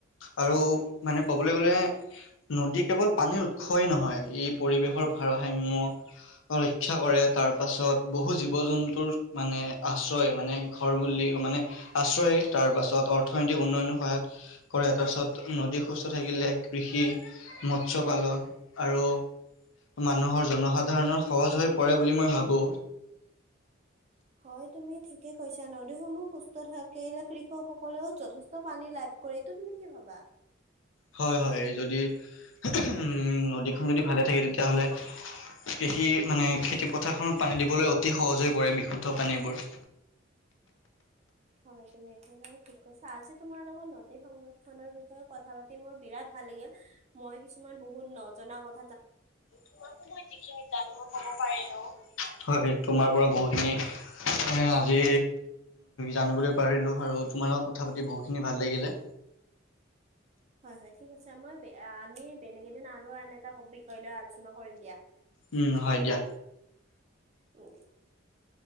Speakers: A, on the left; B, on the right.
A: আৰ মানে ক'বলৈ
B: উম,
A: গ'লে নদী কেৱল পানীৰ উৎসহেই নহয়, এই পৰিৱেশৰ ভাৰসাম্য ৰক্ষা কৰে, তাৰপাছত বহু জীৱ জন্তুৰ মানে আশ্ৰয় মানে ঘৰ বুলি মানে আশ্ৰয়, তাৰ পাছত অৰ্থনৈতিক উন্নয়ন সহায়ত কৰে, তাৰ পাছত নদী সুস্থ থাকিলে কৃষি মৎস্ পালন আৰু মানুহৰ জনসাধাৰণৰ সহজ হৈ পৰে বুলি মই ভাবো।
B: হয় তুমি ঠিকে কৈছা নদীসমূহ সুস্থ থাকে, কৃষকসকলেও যথেষ্ট পানী লাভ কৰে, তুমি কি ভাবা?
A: হয় হয় যদি, উ নদীখন যদি ভালে থাকে তেতিয়াহ'লে, কৃষি মানে খেতি পথাৰখনত পানী দিবলৈ অতি সহজ হৈ পৰে বিশুদ্ধ পানীবোৰ।
B: হয়, তুমি একেবাৰে ঠিক কৈছা। তাজ যে তোমাৰ লগত নদীত সংগত নৰ বিষয়ে কথা পাতি মোৰ বিৰাট ভাল লাগিল, মই কিছুমান বহুত নজনা ক
A: তোমাকো মই যিখিনি জানো মই কব পাৰিলো, হয় নি তোমাৰ পৰা বহুত আজি জানিবলৈ পাৰিলোঁ আৰু তোমাৰ লগত কথা পাতি বহুখিনি ভাল লাগিলে।
B: হয় হয়, ঠিক আছে আমাৰ আমি বেলেগ এদিন আৰু আন এটা বিষয় লৈ আলোচনা কৰিম দিয়া।
A: উম হয় দিয়া।
B: <inaudible>